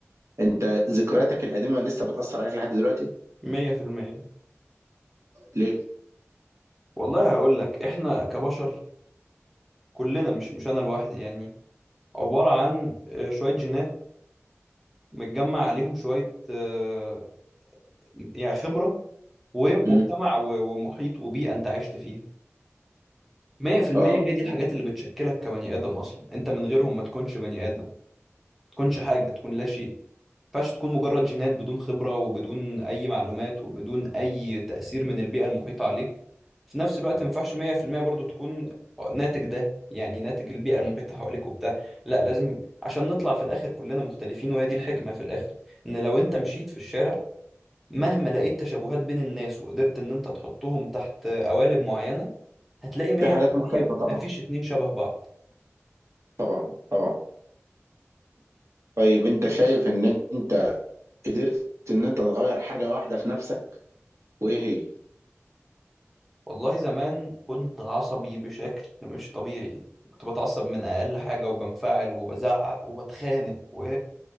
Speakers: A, on the right; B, in the centre.
A: انت ذكرياتك القديمة لسه بتأثر عليك لحد دلوقتي
B: 100%
A: ليه
B: والله هقول لك احنا كبشر كلنا مش مش انا لوحدي يعني عبارة عن آه، شوية جينات متجمع عليهم شوية آه، يعني خبرة ومجتمع
A: مم.
B: و- ومحيط وبيئة انت عشت فيها مية في المية
A: اه
B: هي دي الحاجات اللي بتشكلك كبني آدم أصلا أنت من غيرهم ما تكونش بني آدم ما تكونش حاجة تكون لا شيء ما ينفعش تكون مجرد جينات بدون خبرة وبدون أي معلومات وبدون أي تأثير من البيئة المحيطة عليك في نفس الوقت ما ينفعش مية في المية برضو تكون ناتج ده يعني ناتج البيئة المحيطة حواليك وبتاع لا لازم عشان نطلع في الآخر كلنا مختلفين وهي دي الحكمة في الآخر إن لو أنت مشيت في الشارع مهما لقيت تشابهات بين الناس وقدرت ان انت تحطهم تحت قوالب معينة هتلاقي 100%
A: في حاجات مختلفة طبعا
B: مفيش اتنين شبه بعض
A: طبعا طبعا طيب انت شايف ان انت قدرت ان انت تغير حاجة واحدة في نفسك وايه هي
B: والله زمان كنت عصبي بشكل مش طبيعي كنت بتعصب من اقل حاجة وبنفعل وبزعق وبتخانق و...